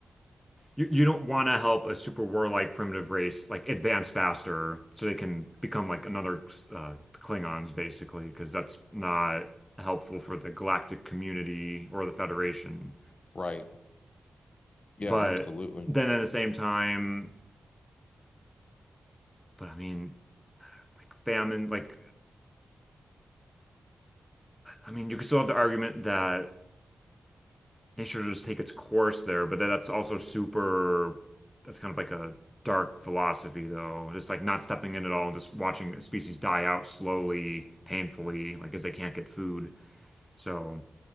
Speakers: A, in the centre; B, on the left.
A: you, you don't want to help a super warlike primitive race like advance faster so they can become like another uh, Klingons basically because that's not helpful for the galactic community or the Federation.
B: right. Yeah,
A: But
B: absolutely.
A: then at the same time, but I mean like famine like I mean you could still have the argument that nature just take its course there, but then that's also super, that's kind of like a dark philosophy though. Just like not stepping in at all and just watching species die out slowly, painfully, like as they can't get food. So